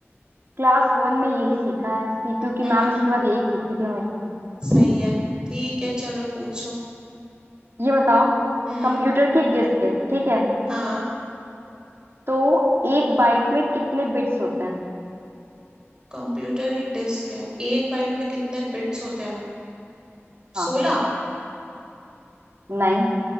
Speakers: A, on the right (about 55°); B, on the right (about 15°).
A: Class one में यही सीखा है सीपीयू की
B: <laughs>
A: मैम उसके बाद यही पूछती थी हमेशा
B: सही है ठीक है चलो पूछो
A: ये बताओ
B: हम्म
A: कंप्यूटर की एक डिस्क है ठीक है
B: हाँ
A: तो एक बाइट में कितने बिट्स होते हैं
B: कंप्यूटर की डिस्क है एक बाइट में कितने बिट्स होते हैं
A: हाँ
B: सोलह
A: नहीं